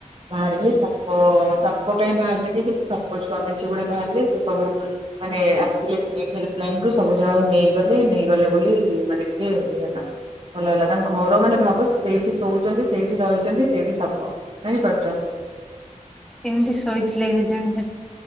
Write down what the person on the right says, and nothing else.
ବାହାରିଲେ ସାପ ସାପ କାଇ ବାହାରିଲାଣି କିନ୍ତୁ ସାପ ସାପ ଛୁଆ ମେଞ୍ଚେ ଗୁଡେ ବାହାରିଲେ ସେ ସବୁ ମାନେ ଆସିଥିଲେ ସ୍ନେକ ହେଲ୍ପ ଲାଇନ ରୁ ସବୁ ଯାହା ନେଇଗଲେ ନେଇଗଲେ ବୋଲି ମାନେ ଟିକେ ଇଏ ହେଲା ଭଲ ହେଲା ତାଙ୍କ ଘର ମାନେ ଭାବ ସେଇଠି ଶୋଉଛନ୍ତି ସେଇ ଠି ରହିଛନ୍ତି ସେଇଠି ସାପ ନାହିଁପାରୁଛ